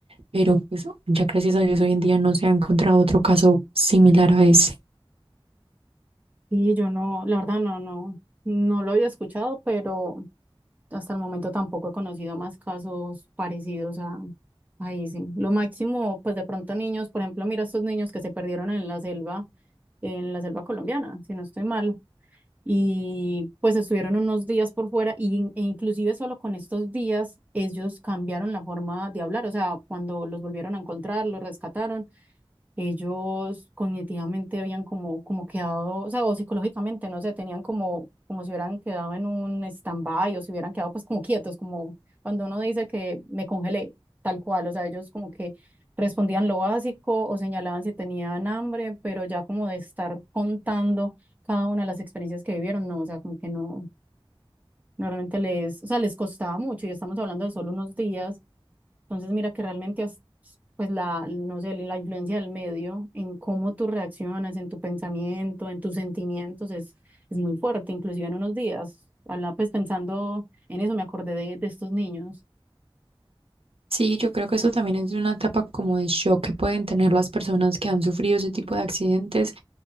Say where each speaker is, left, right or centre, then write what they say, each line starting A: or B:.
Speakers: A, on the right; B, on the right.
A: pero pues ya gracias a Dios hoy en día no se ha encontrado otro caso similar a ese.
B: Sí, yo no, la verdad no, no, no lo había escuchado, pero hasta el momento tampoco he conocido más casos parecidos a, a ese. Lo máximo, pues de pronto niños, por ejemplo, mira estos niños que se perdieron en la selva, en la selva colombiana, si no estoy mal, y pues estuvieron unos días por fuera y, in- e inclusive solo con estos días ellos cambiaron la forma de hablar, o sea, cuando los volvieron a encontrar, los rescataron ellos cognitivamente habían como, como quedado, o sea, o psicológicamente, no sé, tenían como, como si hubieran quedado en un stand-by o si hubieran quedado pues como quietos, como cuando uno dice que me congelé, tal cual, o sea, ellos como que respondían lo básico o señalaban si tenían hambre, pero ya como de estar contando cada una de las experiencias que vivieron, no, o sea, como que no, normalmente les, o sea, les costaba mucho y estamos hablando de solo unos días. Entonces, mira que realmente, as- pues la, no sé, la influencia del medio en cómo tú reaccionas, en tu pensamiento, en tus sentimientos, es, es muy fuerte, inclusive en unos días. Habla, pues pensando en eso, me acordé de, de estos niños.
A: Sí, yo creo que eso también es una etapa como de shock que pueden tener las personas que han sufrido ese tipo de accidentes,